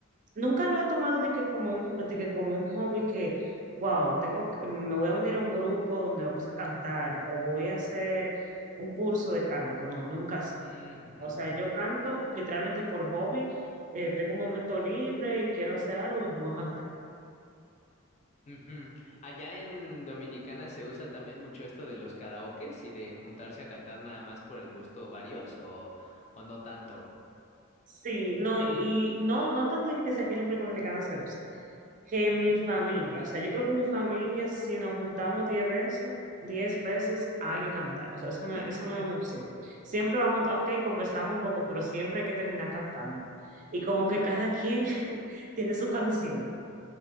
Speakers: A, on the right; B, on the left.
A: Nunca lo he tomado de que como un, de que como un hobby que, wow, tengo que- me voy a unir a un grupo donde vamos a cantar o voy a hacer un curso de canto. No, nunca así.
B: Ujujú.
A: O sea, yo canto literalmente por hobby. eh, tengo un momento libre y quiero hacer algo, me pongo a cantar.
B: Ujú. Allá en Dominicana se usa también mucho esto de los karaokes y de juntarse a cantar nada más por el gusto varios o, o no tanto.
A: Sí, no, y no, no tanto de que sea que en República Dominicana se usa, que mi familia, o sea, yo creo que mi familia, si nos juntamos diez veces, 10 veces hay que cantar, o sea, eso no, eso
B: <laughs>
A: no es una opción. Siempre vamos, ok, conversamos un poco, pero siempre hay que terminar cantando. Y como que cada quien <laughs> tiene su canción,